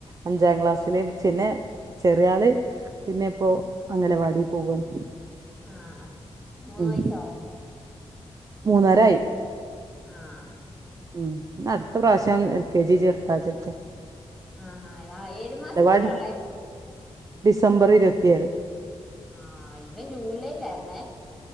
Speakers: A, on the right; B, in the centre.
A: അഞ്ചാം ക്ലാസ്സില് ചിന്നെ ചെറിയ ആള് പിന്നെ ഇപ്പോ അംഗനവാടി പോവാണ്.
B: ആഹ് മൂന്ന്
A: ഉം
B: വയസാ
A: മൂന്നരായി
B: ആഹ്
A: ഉം അടുത്ത പ്രാശ്യം എൽ കെ ജി ചേർത്താച്ചിട്ട്
B: ആഹാ ഏതു
A: അംഗലവാടി
B: മാസത്തിലാ ഉള്ളേ?
A: ഡിസംബർ ഇരുപത്തിയേഴ്
B: ആഹ് ഇവൻ ജൂലൈയിലായിരുന്നേ